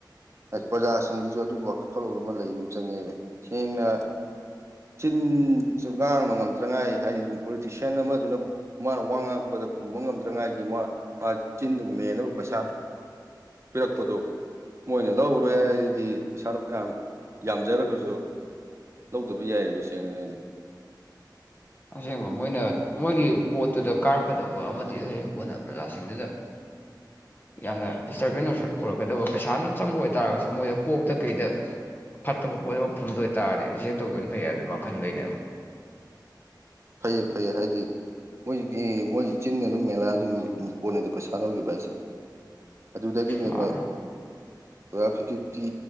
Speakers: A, on the right; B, on the left.
A: ꯄ꯭ꯔꯖꯥꯁꯤꯡꯁꯤꯁꯨ ꯑꯗꯨꯒꯤ ꯋꯥꯈꯜꯂꯣꯟ ꯑꯃ ꯂꯩꯕ ꯑꯃ ꯆꯪꯉꯦꯕ ꯁꯦꯡꯅ ꯆꯤꯟꯁꯨ ꯉꯥꯡꯕ ꯉꯝꯇ꯭ꯉꯥꯏ ꯍꯥꯏꯗꯤ ꯄꯣꯂꯤꯇꯤꯁꯤꯌꯥꯟ ꯑꯃꯗꯨꯅ ꯃꯥꯅ ꯋꯥ ꯉꯥꯡꯉꯛꯄꯗ ꯈꯨꯝꯕ ꯉꯝꯗ꯭ꯉꯥꯏꯒꯤ ꯃꯥ ꯃꯥ ꯆꯤꯟꯗꯨ ꯃꯦꯟꯅꯕ ꯄꯩꯁꯥ ꯄꯤꯔꯛꯄꯗꯨ ꯃꯣꯏꯅ ꯂꯧꯍꯔꯣꯏ ꯍꯥꯏꯗꯤ ꯄꯩꯁꯥꯗ ꯐꯌꯥꯝ ꯌꯥꯝꯖꯔꯒꯁꯨ ꯂꯧꯗꯕ ꯌꯥꯏꯑꯕ ꯁꯦꯡꯅꯔꯗꯤ
B: ꯑꯁꯦꯡꯕ ꯃꯣꯏꯅ ꯃꯣꯏꯒꯤ ꯄꯣꯠꯇꯨꯗ ꯀꯥꯔꯛꯀꯗꯕ ꯑꯃꯗꯤ ꯍꯌꯦꯡ ꯀꯣꯟꯅ ꯄ꯭ꯔꯖꯥꯁꯤꯡꯗꯨꯗ
A: <unintelligible>
B: ꯌꯥꯝꯅ ꯗꯤꯁꯇꯔꯕꯦꯟ ꯑꯣꯏꯔꯛꯀꯗꯕ ꯄꯩꯁꯥꯅ ꯆꯪꯕ ꯑꯣꯏꯇꯥꯥꯔꯒꯁꯨ ꯃꯣꯏꯗ ꯀꯣꯛꯇ ꯀꯩꯗ ꯐꯠꯇꯕ ꯄꯣꯠ ꯑꯃ ꯐꯨꯝꯗꯣꯏ ꯇꯇꯥꯔꯗꯤ ꯔꯤꯖꯦꯛ ꯇꯧꯗꯅ ꯐꯩ ꯍꯥꯏꯕꯗꯨꯣꯃ ꯈꯟꯗꯣꯏꯅꯦꯕ
A: ꯐꯩ ꯐꯩ ꯍꯥꯏꯗꯤ ꯃꯣꯏꯒꯤ ꯃꯣꯏꯒꯤ ꯆꯤꯤꯟ ꯑꯗꯨꯝ ꯃꯦꯂꯥꯗꯨ ꯄꯣꯟꯅꯤꯗ ꯄꯩꯁꯥ ꯂꯧꯈꯤꯕ ꯍꯥꯏꯁꯦ ꯑꯗꯨꯗꯒꯤꯅꯦꯕ
B: ꯃꯥꯅꯦ
A: ꯑꯣꯥ ꯐꯤꯐꯇꯤ ꯐꯤꯐꯇꯤ